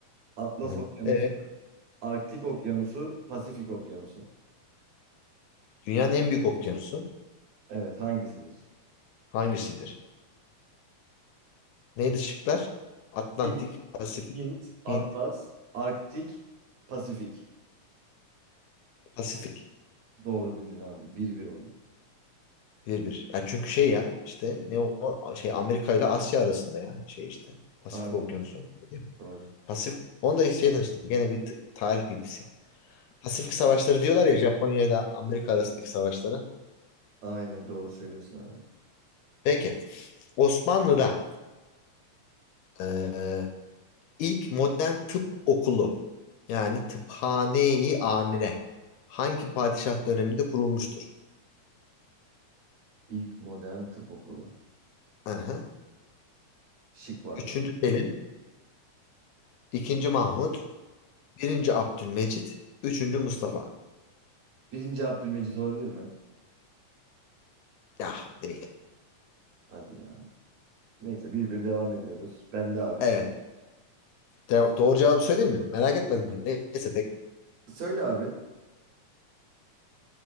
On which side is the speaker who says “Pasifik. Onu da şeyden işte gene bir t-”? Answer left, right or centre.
Left